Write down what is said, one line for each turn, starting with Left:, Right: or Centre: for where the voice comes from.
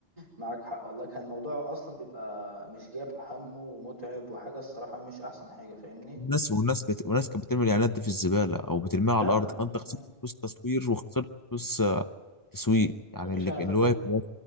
Right: معاك حق والله كان الموضوع اصلا بيبقى مش جاب همه ومتعب وحاجه الصراحه مش احسن حاجه فاهمني
Left: الناس والناس بت... والناس كانت بترمي الاعلانات دي في الزباله او بترميها على
Right: فعلا
Left: الارض فانت خسرت
Right: يعني
Left: فلوس تصوير وخسرت فلوس آه، تسويق يعني
Right: يا باشا
Left: اللي
Right: انا
Left: اللي
Right: فاكر
Left: واقف اللي